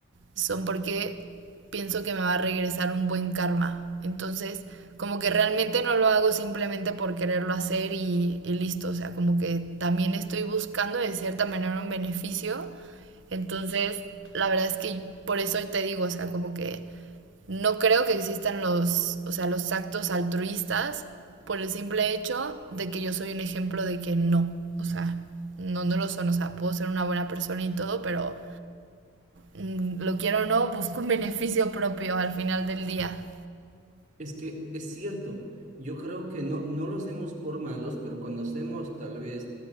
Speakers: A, on the right (about 65°); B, on the right (about 35°).
A: son porque pienso que me va a regresar un buen karma. Entonces, como que realmente no lo hago simplemente por quererlo hacer y, y listo. O sea, como que también estoy buscando de cierta manera un beneficio. Entonces, la verdad es que por eso te digo, o sea, como que no creo que existan los, o sea, los actos altruistas por el simple hecho de que yo soy un ejemplo de que no, o sea, no, no lo son, o sea, puedo ser una buena persona y todo, pero mm, lo quiero o no, busco un beneficio propio al final del día.
B: Es que es cierto, yo creo que no, no lo hacemos por malos, pero cuando hacemos tal vez